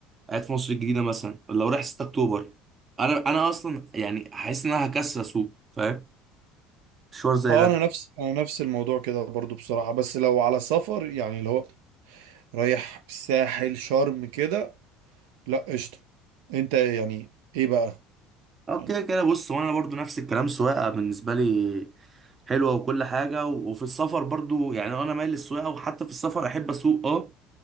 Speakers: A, on the right; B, on the right.
A: قاعد في مصر الجديده مثلا لو رايح 6 اكتوبر انا انا اصلا يعني حاسس ان انا هكسر اسوق فاهم مشوار زي
B: أه
A: ده
B: أنا نفس أنا نفس الموضوع كده برضو بصراحة بس لو على سفر يعني اللي هو رايح الساحل شرم كده لأ قشطة أنت يعني إيه بقى
A: اه
B: يعني
A: كده كده بص وانا برضو نفس الكلام سواقه بالنسبه لي حلوه وكل حاجه و- وفي السفر برضو يعني انا مايل للسواقه وحتى في السفر احب اسوق اه